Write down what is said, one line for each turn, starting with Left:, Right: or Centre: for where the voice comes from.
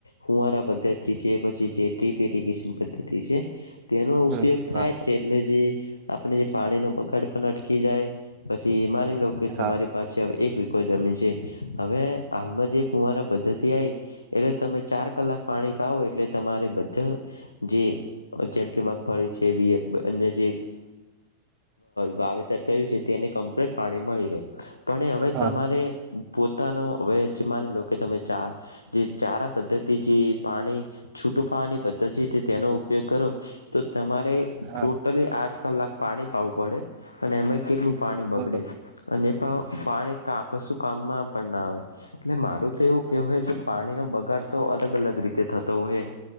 Left: હુંવારા પદ્ધતિ જે પછી જે ટ્રીપ રીગેશન પદ્ધતિ છે. તેનો
Right: હમ
Left: ઉપયોગ
Right: બરોબર
Left: થાય છે. એટલે જે આપણે જે પાણીનો બગાડ પણ અટકી જાય પછી એ માની લો કે
Right: હા
Left: તમારી. પાછી હવે એક વિઘો જમીન છે. હવે હાલમાં જે ફુવારા પદ્ધતિ આવી. એટલે તમે ચાર કલાક પાણી પાવો એટલે તમારે બધા. જે જેમ કે મગફળી છે. અન્ય જે? વાવેતર કર્યું છે. તેને કમ્પ્લીટ પાણી મળી રહે પણ એ હવે
Right: હા
Left: તમારે પોતાનો હવે જે માની લો કે તમે ચાર. જે ચારા પદ્ધતિ જે પાણી છૂટું પાાવાની પદ્ધતિ તેનો ઉપયોગ કરો. તો તમારે.
Right: હા
Left: ટોટલી આઠ કલાક પાણી પાવું પડે અને એમાં કેટલું પાણી
Right: બરોબર
Left: બગડે અને. પાણી કાકસું કામમાં પણ ના આવે એટલે મારું. તો એવું
Right: હા
Left: કહેવવાય તો પાણીનો બગાડ તો અલગ અલગ રીતે થતો હોય